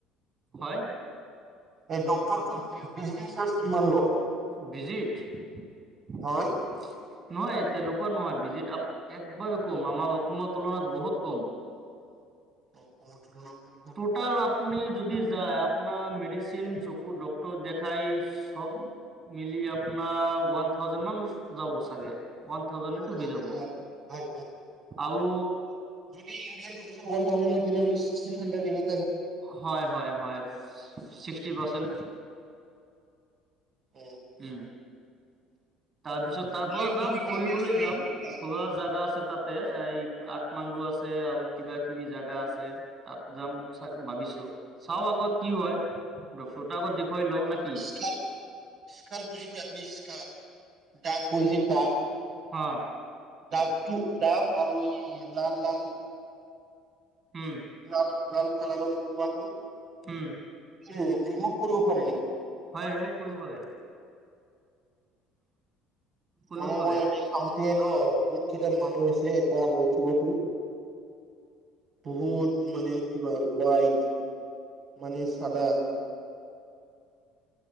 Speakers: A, on the right; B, on the right.
A: হয়
B: এই ডক্টৰটো ভিজিটিং চাৰ্জ কিমান লয়।
A: বিজিট। নহয়,
B: হয়?
A: তেনেকুৱা নহয় ভিজিত একবাৰেই কম আমাৰ অসমৰ তুলনাত বহুত কম।
B: <unintelligible>
A: টাল আপনি যদি যায় আপোনাৰ মেডিচিন চকু ডক্টৰ দেখাই চব। মিলি আপোনাৰ ওৱান থাউজেণ্ড মান যাব চাগে। ওৱান থাউজেণ্ড
B: অ,
A: ত হৈ
B: অ,
A: যাব
B: অ, ভাল
A: আৰু।
B: ইৱ থে্ হ্ৰে এনে <unintelligible>
A: হয় হয় হয়, ছিক্সটি পাৰ্চেণ্ট।
B: উম,
A: উম, তাৰপিছত তাৰ পৰা
B: মই
A: যাম
B: মই ভাবি
A: ফুৰিবলৈ
B: আছো এই
A: যাম। সোৰা জাগা আছে তাতে এই কাঠমাণ্ডু আছে আৰু কিবা কিবি জাগা আছে। তাত যাম চ ভাবিছো চাও আগত কি হয় ডক্টৰ তা আগত দে কৈ ল নেকি?
B: স্কাৰ স্কাৰ বুজি খাই আপনি স্কাৰ ডাক হৈ যে ডাক।
A: অ,
B: দাগতটো দাগ আৰু এই লাল, লাল।
A: উম,
B: লাল লাল কালাৰৰ কিবাটো
A: উম
B: ৰিমুভ কৰিব পাৰে নেকি।
A: হয় ৰিমুভ কৰিব পাৰে। কৰিব
B: মানে
A: পাৰে
B: মই এনে এ, ন বহুত কেইটা মানুহ আছে তাৰ কিবাতো। বহুত মানে কিবা হোৱাইট মানে চাদা।